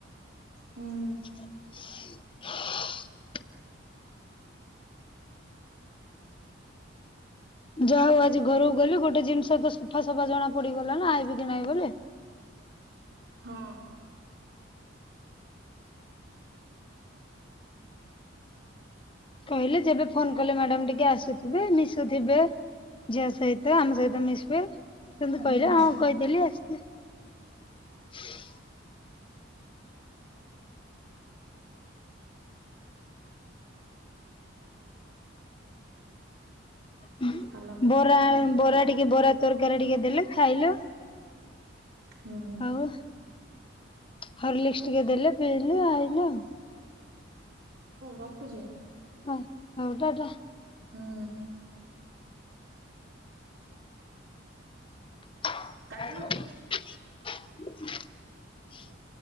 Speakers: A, on the right; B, on the left.
A: ହୁଁ
B: <inaudible> ଯାହା ହଉ ଆଜି ଘରକୁ ଗଲି ଗୋଟେ ଜିନିଷ ତ ସଫା ସଫା ଜଣା ପଡିଗଲା ନା ଆବି କି ନାହିଁ ବୋଲି।
A: ହଁ।
B: କହିଲେ ଯେବେ ଫୋନ କଲେ ମ୍ୟାଡାମ ଟିକେ ଆସୁଥିବେ ମିଶୁଥିବେ। ଝିଅ ସହିତ ଆମ ସହିତ ମିଶିବେ ସେମତି କହିଲେ
A: ହୁଁ
B: ହଁ କହିଦେଲି ଆସିବେ। <unintelligible> ହଁ।
A: ହାଲକ୍।
B: ବରା ବରା ଟିକେ ବରା ତରକାରୀ ଟିକେ ଦେଲେ ଖାଇଲ
A: ହୁଁ
B: ଆଉ ହଲିକ୍ସ୍ ଟିକେ ଦେଲେ ପିଇଲୁ ଆଇଲୁ ଆଉ
A: ରଖୁଛେ।
B: ହଁ ହଉ ଟା ଟା।
A: ହୁଁ
B: <unintelligible>
A: କାଟିଲୁ।